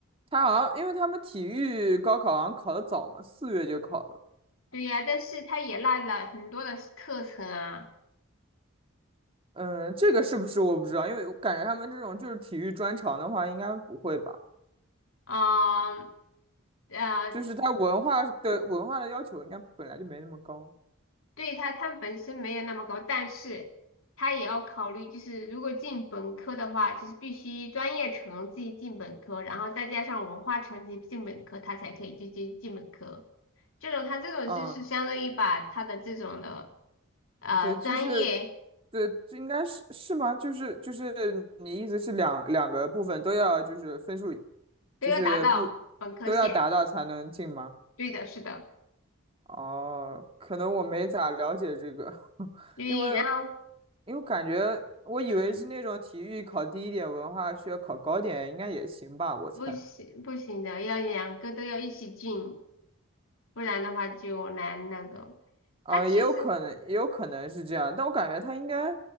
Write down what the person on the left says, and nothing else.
对呀，但是他也落了很多的课程啊，
啊、啊。
对他，它本身没有那么高，但是他也要考虑，就是如果进本科的话，就是必须专业成绩进本科，然后再加上文化成绩进本科，他才可以就进进本科。这种他这种就是相当于把他的这种的
呃专业
都要达到本科线。
对的，是的，
对，
然后
嗯，
不行不行的，要两个都要一起进，不然的话就难那个。
他其实。